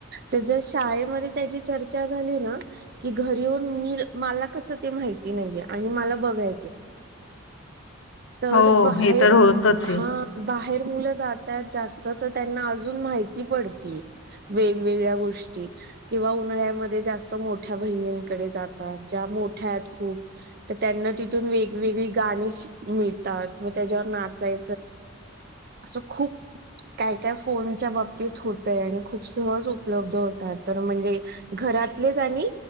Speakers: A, on the right; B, on the left.
A: तर जर शाळेमध्ये त्याची चर्चा झाली ना की घरी येऊन मी मला कस ते माहिती नाहीे आणि मला बघायच तर
B: हो
A: बाहेर
B: हे तर होतच आहे
A: हा बाहेर मुलं जातात जास्त तर त्यांना अजून माहिती पडती वेगवेगळ्या गोष्टी किंवा उन्हाळ्यामध्ये जास्त मोठ्या बहिणींकडे जातात ज्या मोठ्या आहेत खूप तर त्यांना तिथून वेगवेगळी गाणी मिळतात मग त्याच्यावर नाचाय असं खूप काय काय फोनच्या बाबतीत होतय आणि खूप सहज उपलब्ध होतात तर म्हणजे घरातलेच आणि